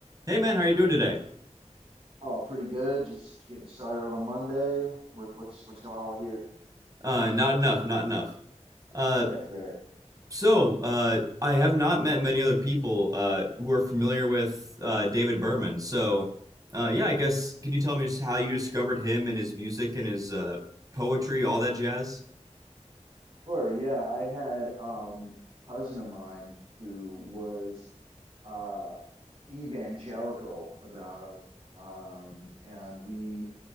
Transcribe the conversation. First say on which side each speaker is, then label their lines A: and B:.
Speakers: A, on the right (about 30°); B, on the right (about 50°).
A: Hey man, how are you doing today?
B: Oh, pretty good. Just getting started on a Monday. With what's what's going on with you?
A: Uh, not enough, not enough. Uh,
B: Yeah, fair.
A: so uh, I have not met many other people uh, who are familiar with uh, David Berman. So uh, yeah, I guess can you tell me just how you discovered him and his music and his uh, poetry, all that jazz?
B: Sure. Yeah, I had um cousin of mine who was uh evangelical about him, um, and we